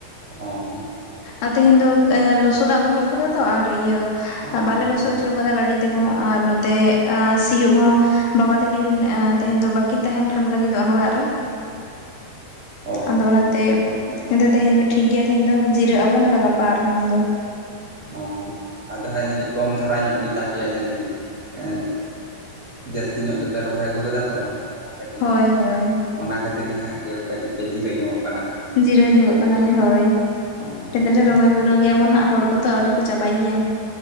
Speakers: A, on the right; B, on the left.
A: ᱚ᱾
B: ᱟ ᱛᱮᱦᱮᱧ ᱫᱚ ᱮ ᱞᱚᱥᱚᱫᱟᱜ ᱵᱟᱹᱱᱩᱜ ᱠᱟᱫᱟ ᱛᱚ ᱟᱨ ᱤᱭᱟᱹ
A: ᱚ
B: ᱵᱟᱞᱮ ᱞᱚᱥᱚᱫ
A: ᱦᱳᱭ
B: ᱪᱚ ᱠᱟᱫᱟ ᱜᱟᱹᱰᱤ ᱛᱮᱦᱚᱸ ᱟᱨ ᱱᱚᱛᱮ ᱟ ᱥᱤᱭᱳᱜ ᱦᱚᱸ ᱵᱟᱵᱟ ᱛᱟᱹᱠᱤᱱ ᱮᱸ ᱛᱮᱦᱮᱱ ᱫᱚ ᱵᱟᱹᱠᱤᱱ ᱛᱟᱦᱮᱱ ᱠᱟᱱ ᱞᱟᱹᱜᱤᱫᱚᱜᱼᱟ ᱚᱲᱟᱜ ᱨᱮ᱾
A: ᱚ
B: ᱟᱫᱚ ᱚᱱᱟᱛᱮ
A: ᱦᱳᱭ
B: ᱟᱫᱚ ᱛᱮᱦᱮᱱ ᱫᱚ ᱴᱷᱤᱠ ᱜᱮᱭᱟ ᱛᱮᱦᱮᱱ ᱫᱚ ᱡᱮ <unintelligible> ᱟᱵᱚᱱ ᱟᱫᱚ ᱜᱟᱯᱟ ᱟᱨᱦᱚᱸ ᱩᱱᱫᱚ᱾
A: ᱚ ᱟᱫᱚ ᱦᱟᱸᱜ ᱡᱟᱹᱱᱤᱡ ᱠᱚᱢ ᱫᱷᱟᱨᱟ ᱧᱚᱜ ᱜᱮᱛᱟ ᱯᱮᱭᱟ ᱡᱟᱹᱱᱤᱡ ᱮᱸᱜ ᱡᱟᱹᱥᱛᱤ ᱧᱚᱜ ᱜᱮᱯᱮ ᱨᱚᱦᱚᱭ ᱟᱹᱜᱩ ᱠᱟᱫᱟ ᱛᱚ ᱚᱱᱟᱫᱚ ᱦᱟᱸᱜ ᱠᱟ
B: ᱦᱳᱭ ᱦᱳᱭ᱾
A: ᱚᱱᱟ ᱠᱷᱟᱹᱛᱤᱨ ᱜᱮ ᱦᱟᱸᱜ ᱠᱮᱣ ᱠᱟᱹᱴᱤᱡ ᱯᱮ ᱡᱤᱨᱟᱹᱣ ᱧᱚᱜ
B: ᱡᱤᱨᱟᱹᱣ ᱧᱚᱜᱚᱜ ᱠᱟᱱᱟᱞᱮ ᱦᱳᱭ,
A: ᱚ
B: ᱴᱮᱫᱟᱞᱮ
A: ᱦᱳᱭ
B: ᱨᱚᱦᱚᱭ ᱵᱩᱨᱟᱹᱣ ᱜᱮᱭᱟᱵᱚᱱ ᱦᱟᱸᱜ ᱦᱚᱲ ᱠᱚ ᱛᱚ ᱟᱹᱣᱨᱤ ᱠᱚ ᱪᱟᱵᱟᱭ ᱜᱮᱭᱟ,